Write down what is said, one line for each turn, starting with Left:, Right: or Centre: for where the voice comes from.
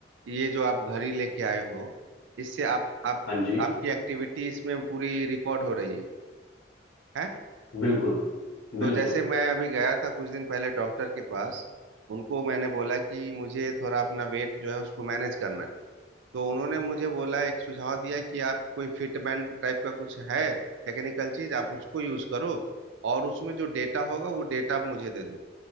Right: ये जो आप घड़ी लेके आए हो इससे आप आप
Left: हाँ जी
Right: आपकी एक्टिविटीज में पूरी रिकॉर्ड हो रही है है
Left: बिल्कुल
Right: तो
Left: बिल्कुल
Right: जैसे मैं अभी गया था कुछ दिन पहले डॉक्टर के पास उनको मैंने बोला कि मुझे थोड़ा अपना वेट जो है उसको मैनेज करना है तो उन्होंने मुझे बोला एक सुझाव दिया कि आप कोई फिट बैंड टाइप का कुछ है टेक्निकल चीज आप उसको यूज करो और उसमें जो डेटा होगा वो डेटा आप मुझे दे दो